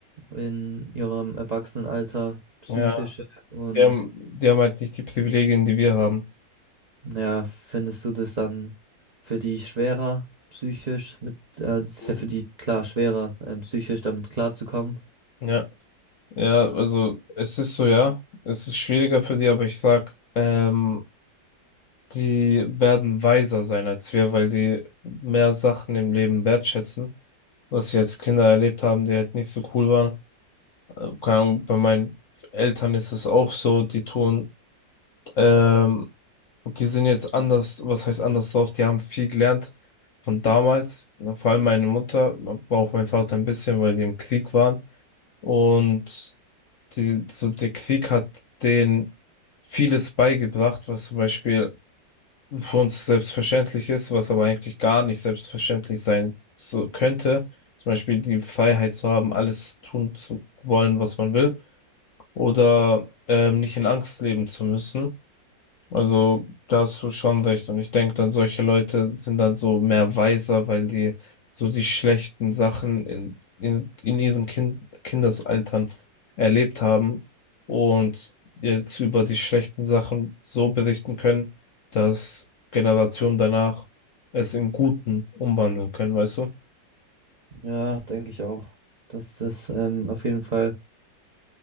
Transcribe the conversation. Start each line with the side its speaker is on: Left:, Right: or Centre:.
Right: in ihrem Erwachsenenalter, psychische.
Left: Ja.
Right: Und
Left: Die haben, die haben halt nicht die Privilegien, die wir haben.
Right: ja, findest du das dann für die schwerer psychisch mit, äh, das ist
Left: Mhm.
Right: ja für die klar schwerer ähm, psychisch damit klarzukommen?
Left: Ja. Ja, also es ist so, ja. Es ist schwieriger für die, aber ich sag, ähm, die werden weiser sein als wir, weil die mehr Sachen im Leben wertschätzen, was wir als Kinder erlebt haben, die halt nicht so cool waren. äh, keine Ahnung, bei meinen Eltern ist es auch so, die tun, ähm, die sind jetzt anders, was heißt anders drauf, die haben viel gelernt von damals, vor allem meine Mutter, aber auch mein Vater ein bisschen, weil die im Krieg waren und die, so der Krieg hat denen vieles beigebracht, was zum Beispiel für uns selbstverständlich ist, was aber eigentlich gar nicht selbstverständlich sein so könnte. Zum Beispiel die Freiheit zu haben, alles tun zu wollen, was man will oder ähm, nicht in Angst leben zu müssen. Also da hast du schon recht. Und ich denke dann, solche Leute sind dann so mehr weiser, weil die so die schlechten Sachen in, in, in ihren kind, Kindesaltern erlebt haben und jetzt über die schlechten Sachen so berichten können, dass Generationen danach es in Guten umwandeln können, weißt du?
Right: Ja, denke ich auch, dass das ähm, auf jeden Fall